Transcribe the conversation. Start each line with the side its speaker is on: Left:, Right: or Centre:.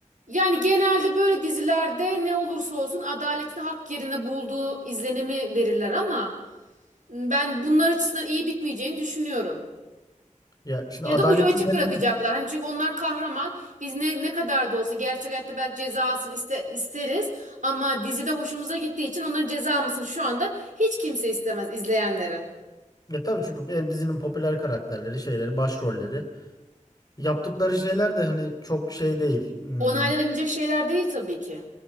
Right: Yani genelde böyle dizilerde ne olursa olsun adaletin hak yerine bulduğu izlenimi verirler ama ben bunlar açısından iyi bitmeyeceğini düşünüyorum.
Left: Ya şimdi
Right: Ya
Left: adaletin
Right: da ucu açık
Left: yerine...
Right: bırakacaklar. Hani çünkü onlar kahraman. Biz ne ne kadar da olsa gerçek hayatta belki cezasını iste, isteriz ama dizide hoşumuza gittiği için onların ceza mısın şu anda hiç kimse istemez izleyenlere.
Left: Ya tabii çünkü en dizinin popüler karakterleri, şeyleri, başrolleri. Yaptıkları şeyler de hani çok şey değil. Hmm,
Right: Onaylanabilecek şeyler değil tabii ki.